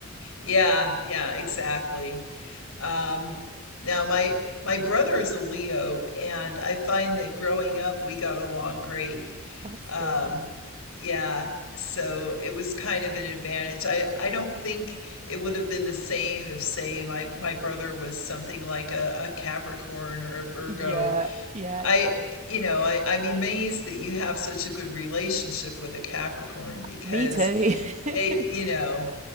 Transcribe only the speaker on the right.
That's
good.
Yeah, yeah.
Me too. <laughs>